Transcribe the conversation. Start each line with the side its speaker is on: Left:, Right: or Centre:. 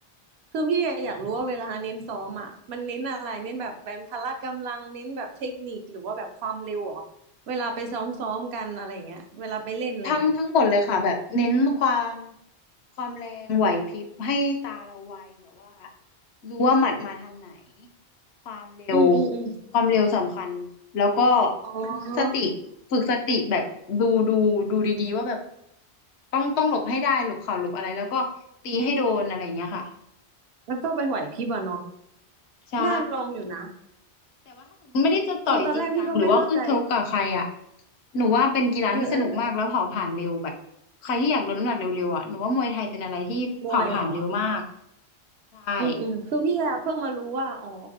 Right: คือพี่อยากรู้ว่าเวลาเน้นซ้อมอ่ะมันเน้นอะไรเน้นแบบแบบพละกำลังเน้นแบบเทคนิคหรือว่าแบบความเร็วเหรอเวลาไปซ้อมซ้อมกันอะไรอย่างเงี้ยเวลาไปเล่นอะไรอย่างเงี้ย
Left: ทั้งทั้งหมดเลยค่ะแบบเน้นความความแรงไหวพริบให้ตาเราไวแบบว่ารู้ว่าหมัดมาทางไหนความเร็ว
Right: อืมอืมอืม
Left: ความเร็วสำคัญแล้วก็
Right: อ๋อ <laughs>
Left: สติฝึกสติแบบดูดูดูดีๆว่าแบบต้องต้องหลบให้ได้หลบเข่าหลบอะไรแล้วก็ตีให้โดนอะไรอย่างเงี้ยค่ะ
Right: มันก็เป็นไหวพริบอะเนาะ
Left: ใช่
Right: น่าลองอยู่นะ
Left: แต่ว่าถ้าสมมติไม่ได้จะต่อยจริงจังหรือว่าขึ้นชกกับใครอ่ะ
Right: คือตอนแรกพี่ก็ไม่เข้าใจ
Left: หนูว่าเป็นกีฬาที่สนุกมากแล้วเผาผลาญเร็วแบบใครที่อยากลดน้ำหนักเร็วๆอ่ะหนูว่ามวยไทยเป็นอะไรที่เผาผลาญเร็วมาก
Right: เออเออเออมวยเหรอ
Left: ใช่
Right: อืม อืม คือพี่อะเพิ่งมารู้ว่า อ๋อ